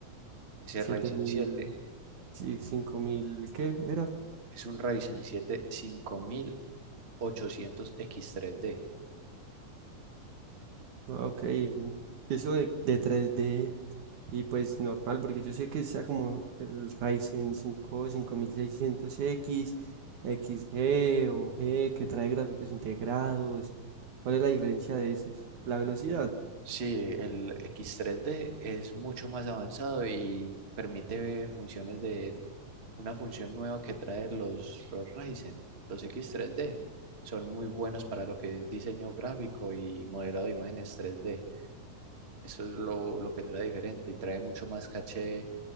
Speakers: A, on the right; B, on the right.
A: Ese
B: siete
A: Ryzen
B: mil
A: siete
B: sí, cinco mil ¿qué era?
A: es un Ryzen siete cinco mil ochocientos x tres d
B: Ah, Ok, en- eso de, de tres d y pues normal, porque yo sé que está como el Ryzen cinco cinco mil seiscientos x XG o G, que trae gráficos integrados. ¿Cuál es la diferencia de esos? La velocidad.
A: Sí, el x tres d es mucho más avanzado y permite funciones de una función nueva que trae los, los Ryzen, los X3D. Son muy buenos para lo que es diseño gráfico y modelado de imágenes 3D. Eso es lo, lo que trae diferente y trae mucho más caché,